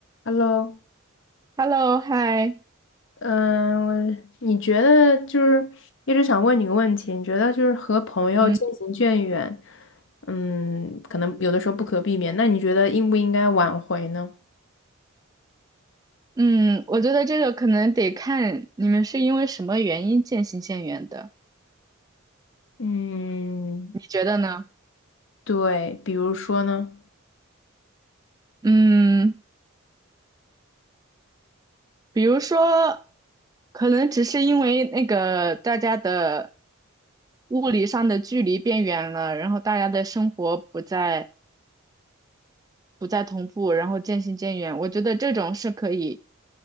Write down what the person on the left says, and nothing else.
Hello，
嗯，我你觉得就是一直想问你个问题，你觉得就是和朋友渐行渐远，
嗯，可能有的时候不可避免，那你觉得应不应该挽回呢？
嗯，
对，比如说呢？